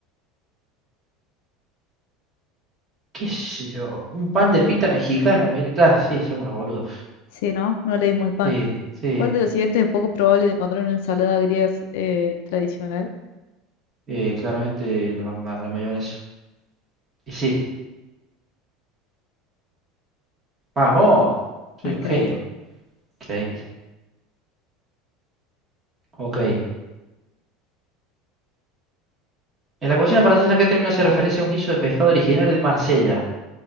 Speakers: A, on the right; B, on the left.
A: ¿Qué sé yo? Un pan de pita mexicano. Mire, claro, sí, somos unos boludos.
B: Sí, ¿no? No leímos el pan.
A: Sí, sí.
B: ¿Cuál de los siguientes es poco probable de encontrar en una ensalada griega eh, tradicional?
A: eh, claramente la, ma- la mayonesa. Y sí. ¡Vamos! Soy
B: Ah, increíble.
A: un genio. Increíble. Ok. En la cocina francesa, ¿qué término hace referencia a un guiso de pescado originario de Marsella?